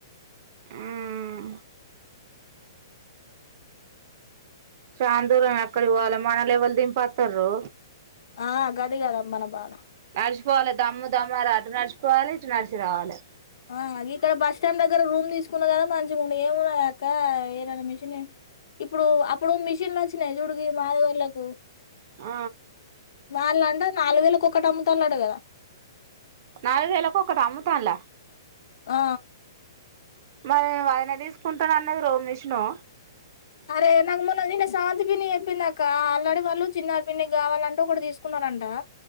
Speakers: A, on the right; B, on the left.
A: ఉమ్ చాన్ దూరమే అక్కడ వోవాలే మన లెవల్ దింపంటున్రు
B: ఆ గది కదా మన బాధ
A: నడిషిపోవాలే దమ్ము దమ్ము ఆడ నడిచిపోవలె ఇటు నడిశిరావాలే
B: ఆ గిక్కడ బస్ స్టాండ్ దగ్గర రూమ్ తీసుకున్నా కదా మంచిగుండు ఏమున్నాదక్క ఎనన్నా మిషన్ ఇప్పుడు అప్పుడు మిషన్లు వచ్చినాయి చూడు మదిగొల్లకు
A: ఆ
B: వాళ్ళ అంటే నాలుగు వేల కోక్కటి అమ్ముతాళ్ళట కదా
A: నాలువేల్లకు ఒకటి అమ్ముతాల్ల
B: ఆ
A: మరి అయిన తీసుకుంటానాన్నది రో మెషినో
B: అరే నాకు మొన్న నిన్న స్రవంతి పిన్ని చెప్పిందక్క ఆల్రడీ వాళ్ళు చిన్న పిన్ని కావాలంటే ఒకటి తీసుకున్నారంట